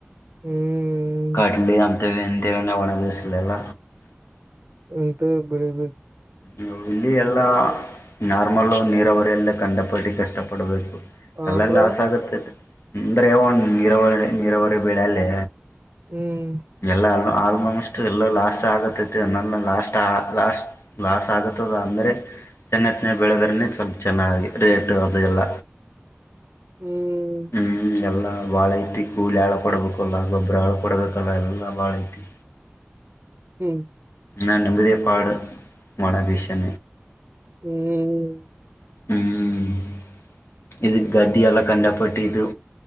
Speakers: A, on the right; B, on the left.
A: ಹ್ಮ್
B: ಕಡ್ಲಿ ಅಂತ ಅಂತೇವನ ಒಣಭಿಸಲಲ್ಲ
A: ಎಂತ ಬಿಳಿ ಬಿ
B: ನವು ಇಲ್ಲಿ ಎಲ್ಲಾ ನಾರ್ಮಲ್ ನೀರಾವರಿ ಎಲ್ಲ ಕಂಡಪಟ್ಟ ಕಷ್ಟಪಡ್ಬೇಕು
A: ಹ
B: ಎಲ್ಲ
A: ಬ್ರೋ
B: ಲಾಸ್ ಆಗತ್ತ ಅಂದ್ರೆ ಒನ್ ನೀರಾವರಿ ನೀರಾವರಿ ಬೆಳೆ ಅಲ್ಲೇ
A: ಹ್ಮ್
B: ಎಲ್ಲ ಆಲ್ಮೋಸ್ಟ್ ಎಲ್ಲ ಲಾಸ್ಟ್ ಆಗತ್ತೈತಿ ನ ಲಾಸ್ಟ್ ಲಾಸ್ಟ್ ಲಾಸ ಆಗತದ ಅಂದರೆ ಚೆನ್ನತ್ತನ್ನ ಬೆಳೆದ್ರೇ ಸ್ವಲ್ಪ ಚೆನ್ನಾಗಿ ರಿಯಾಕ್ಟ್ ಅದ ಎಲ್ಲ
A: ಹ್ಮ್
B: ಹ್ಮ್ ಎಲ್ಲಾ ಬಾಳ ಐತಿ ಕೂಲಿ ಹಾಳ ಕೊಡಡ್ಬೇಕಲ್ಲ ಗೊಬ್ಬರ ಹಾಳು ಕೊಡ್ಬೇಕಲ್ಲ ಎಲ್ಲ ಬಾಳ ಐತಿ
A: ಹ್ಮ್
B: ನ ನಂಬದ ಪಾಡು ಮಾಡಣಭಷೆ
A: ಹ್ಮ್
B: ಹ್ಮ್ ಇದು ಗದ ಎಲ್ಲ ಕಂಡಪಟ್ಟು ಇದು